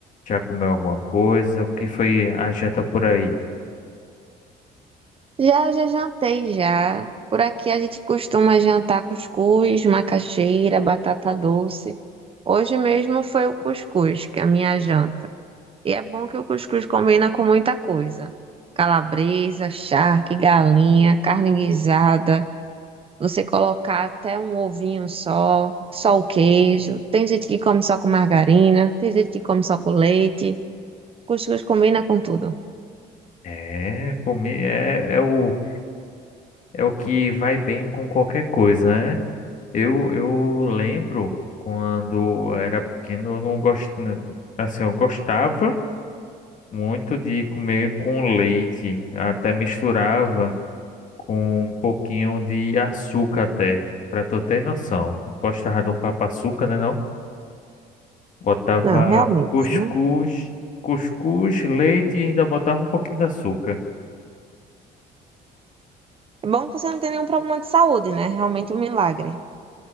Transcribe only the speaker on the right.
Já, já jantei já. Por aqui a gente costuma jantar cuscuz, macaxeira, batata doce. Hoje mesmo foi o cuscuz, que é a minha janta. E é bom que o cuscuz combina com muita coisa. Calabresa, charque, galinha, carne guisada. Você colocar até um ovinho só, só o queijo. Tem gente que come só com margarina, tem gente que come só com leite. Cuscuz combina com tudo.
Não, realmente,
né?
É bom que você não tem nenhum problema de saúde, né? Realmente um milagre.